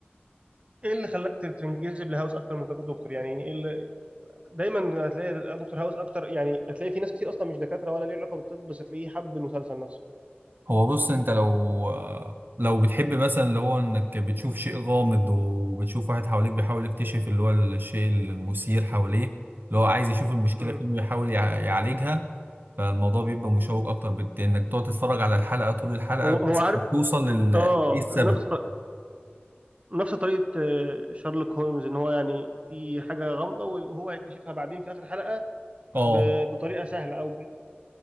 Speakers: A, on the right (about 30°); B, on the right (about 55°).
A: ايه اللي خلاك تت- تنجذب لهاوس اكتر من تكون دكتور يعني إيه اللي... دايما هتلاقي دكتور هاوس اكتر يعني هتلاقي في ناس كتير اصلا مش دكاتره ولا ليه علاقه بالطب بس هتلاقيه حب المسلسل نفسه
B: هو بص انت لو لو بتحب مثلا اللي هو انك بتشوف شيء غامض وبتشوف واحد حواليك بيحاول يكتشف اللي هو الشيء المثير حواليه اللي هو عايز يشوف المشكلة
A: امم
B: فين ويحاول يع- يعالجها فالموضوع بيبقى مشوق اكتر بت... انك تقعد تتفرج على الحلقة طول الحلقة
A: هو
B: بحيث
A: هو عارف
B: انك توصل لل
A: اه
B: ايه السبب
A: نفس ط- نفس طريقه آه، شارلوك هولمز ان هو يعني في حاجه غامضه وهو هيكتشفها بعدين في اخر حلقه
B: اه
A: ب- بطريقه سهله او